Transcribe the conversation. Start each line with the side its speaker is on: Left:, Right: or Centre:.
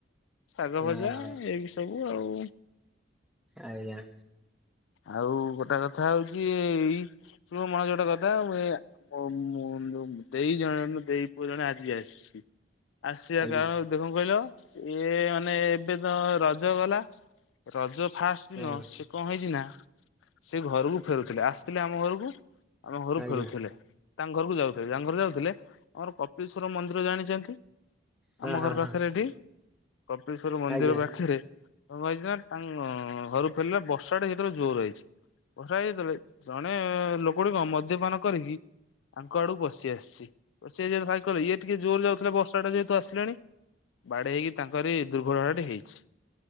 Left: ଶାଗ
Centre: ଓହୋ
Left: ଭଜା ଏଇ ସବୁ ଆଉ।
Centre: ଆଜ୍ଞା।
Left: ଆଉ ଗୋଟେ କଥା ହଉଛି ଏଇ ଶୁଣ ମୁଁ ଆଯି ଗୋଟେ କଥା ଅ ମୋ ମୁ ଦେଇ ଜଣ ଦେଇ ପୁଅ ଜଣେ ଆଜି ଆସିଛି ଆସି
Centre: ଆଜ୍ଞା
Left: କାରଣ ଦେଖ କଣ କହିଲ ଇଏ ମାନେ ଏବେ ତ ରଜ ଗଲା ରଜ ଫାଷ୍ଟ ଦିନ
Centre: ଆଜ୍ଞା
Left: ସେ କଣ ହେଇଛି ନା ସେ ଘରକୁ ଫେରୁଥିଲେ ଆସିଥିଲେ ଆମ ଘରକୁ ଆମ ଘରକୁ
Centre: ଆଜ୍ଞା
Left: ଫେରୁଥୁଲେ, ତାଙ୍କ ଘରକୁ ଯାଉଥୁଲେ, ତାଙ୍କ ଘର ଯାଉଥୁଲେ, ଆମର କପିଳେଶ୍ଵର ମନ୍ଦିର ଜାଣିଛନ୍ତି?
Centre: ହଁ
Left: ଆମ ଘର
Centre: ହଁ
Left: ପାଖରେ
Centre: ହଁ
Left: ଏଠି କପେଳଶ୍ଵର ମନ୍ଦିର
Centre: ଆଜ୍ଞା
Left: ପାଖେରେ କଣ ହେଇଚି ନା ତାଙ୍କ ଘରୁ ଫେରିଲେ ବର୍ଷା ଟା ସେତେବେଳେ ଜୋର ରହିଚି ବର୍ଷା ହେଇଚି ଯେତେବେଳେ ଜଣେ ଲୋକ ଗୁଡିକ ମଦ୍ୟପାନ କରିକି ତାଙ୍କ ଆଡ଼କୁ ପସିଆସିଛି ପସିଆସିଚି ଯେତେବେଳେ ସାଇକେଲ୍ ଇଏ ଟିକେ ଜୋର ଯାଉଥିଲେ ବର୍ଷାଟା ଯେହେତୁ ଆସି ଲାଣି ବାଡ଼େଇହେଇକି ତାଙ୍କରି ଦୁର୍ଘଟଣା ଟି ହେଇଚି।